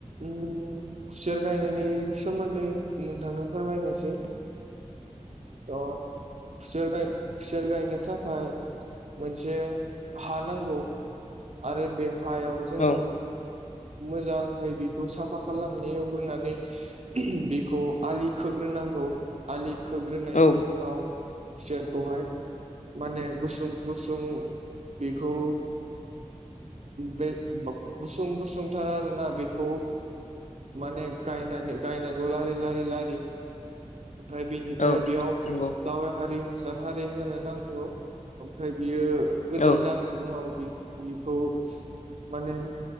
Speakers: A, on the right; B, on the left.
A: उम खुसेर गायनायनि सोमोन्दै नोंथांनो फोरमायनोसै। अह खुसेर गाय खुसेर गायनो थाखाय मोनसे हा नांगौ आरो बे हायाव जोङो
B: औ
A: मोजाङै बेखौ साफा खालामनो एवग्रोनानै बेखौ आलि खोग्रो नांगौ आलि खोग्रोनायनि
B: औ
A: उनाव खुसेरखौहाय माने गुसुं गुसुं बेखौ बे गुसुं गुसुं थार आरो ना बेखौ माने गायनानै गायनांगौ लारि लारि लारि। ओमफ्राय बिनिफ्राय
B: औ
A: बेयाव
B: नंगौ
A: गाव हारि हासार हारि होनो नांगौ ओमफ्राय बियो गोदोर
B: औ
A: जानायनि उनाव बिखौ माने